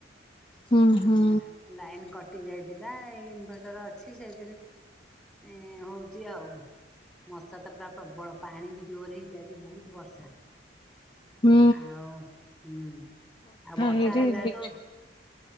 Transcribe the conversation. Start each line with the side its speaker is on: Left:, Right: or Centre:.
Left: ହୁଁ
Centre: ଆଉ
Left: ହୁଁ
Centre: ଲାଇନ କଟି ଯାଇଥିଲା ଏଇ ଇନଭଟର ଅଛି ସେଇଥିରେ ଏ ହଉଛି ଆଉ। ମଶା ତ ପୁରା ପ୍ରବଳ ପାଣି ବି ଜୋର ହେଇଛି ଆଜି ବହୁତ ବର୍ଷା।
Left: ହୁଁ
Centre: ଆଉ ହୁଁ ଆଉ ବର୍ଷା
Left: ହେଇଛି
Centre: ହେଲାଠୁ
Left: ବିଜୁ